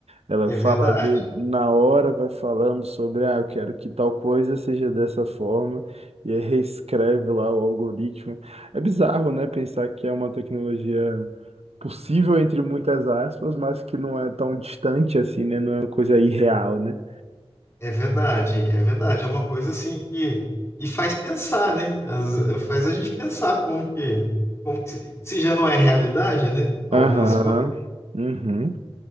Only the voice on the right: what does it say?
Ela
fala
ali na hora, vai falando sobre, ah, eu quero que tal coisa seja dessa forma, e aí reescreve lá o algoritmo. É bizarro, né? Pensar que é uma tecnologia possível, entre muitas aspas, mas que não é tão distante assim, né? Não é uma coisa irreal, né?
Aham.
Uhum.